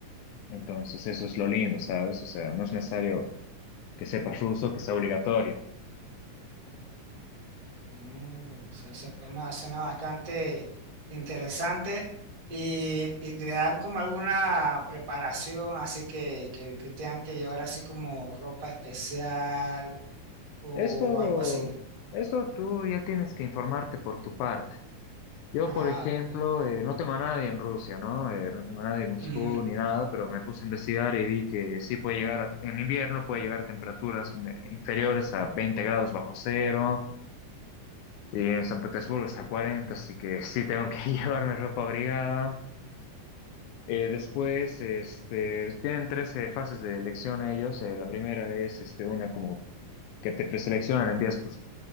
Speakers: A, on the left (about 80°); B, on the right (about 35°).
A: Entonces, eso es lo lindo, ¿sabes? O sea, no es necesario que sepas ruso, que sea obligatorio.
B: Mm, se- suena, suena bastante interesante. Y, y le dan como alguna preparación, así que, que, que tengan que llevar así como ropa especial o
A: Eso,
B: algo así.
A: eso tú ya tienes que informarte por tu parte. Yo,
B: Ah,
A: por ejemplo,
B: ok.
A: eh, no tengo a nadie en Rusia, ¿no? Eh, no tengo a nadie en Moscú
B: Ujú,
A: ni nada, pero me puse a investigar y vi que sí puede llegar, a- en invierno puede llegar a temperaturas me- inferiores a 20 grados bajo cero y en San Petersburgo hasta 40, así que sí tengo que <laughs> llevarme ropa abrigada. Eh, después, este, tienen tres eh, fases de elección ellos. Eh, la primera es este, una como que te preseleccionan, envías tus